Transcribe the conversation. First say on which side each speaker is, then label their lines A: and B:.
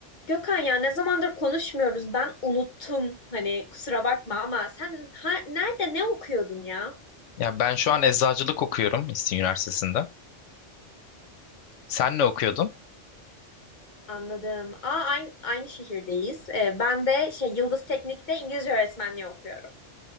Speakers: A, on the left; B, on the left.
A: Gökhan ya ne zamandır konuşmuyoruz. Ben unuttum. Hani kusura bakma ama sen ha, nerede ne okuyordun ya?
B: Ya ben şu an eczacılık okuyorum İstinye Üniversitesi'nde. Sen ne okuyordun?
A: Anladım. Aa, aynı, aynı şehirdeyiz. Ee, ben de şey Yıldız Teknik'te İngilizce öğretmenliği okuyorum.